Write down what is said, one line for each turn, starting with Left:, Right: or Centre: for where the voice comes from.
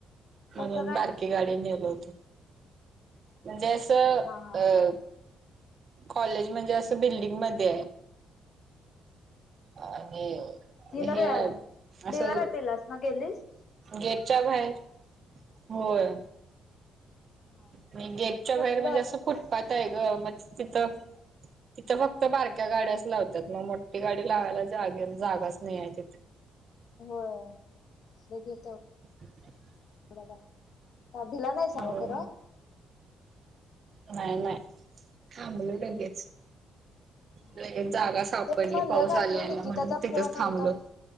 Right: म्हणून
Left: कसं काय
Right: बारकी गाडी नेल होती म्हणजे
Left: हा हा
Right: अ कॉलेज म्हणजे असं बिल्डिंग मध्ये आहे हा आणि
Left: तिनं
Right: हे
Left: गे
Right: असं
Left: डी वाय पाटीललाच ना गेलीस
Right: गेटच्या बाहे होय
Left: हा
Right: आणि गेटच्या
Left: कुठलं
Right: बाहेर म्हणजे असं फुटपाथ आहे ग म तिथं तिथं फक्त बारक्या गाड्याच लावतात मग मोठी गाडी लावायला जागे जागाच नाही आहे तिथे
Left: हो आपल्या घेतात.
Right: <inaudible>
Left: भिला नाहीस का
Right: हो
Left: सांग खर
Right: नाही नाही थांबलो लगेच
Left: हा
Right: लगेच जागा सापडली
Left: तेच म्हटल
Right: पाऊस
Left: काकी
Right: आलेला
Left: निकिताचा
Right: म्हणून तिथंच
Left: फोन
Right: थांबलो.
Left: आलता.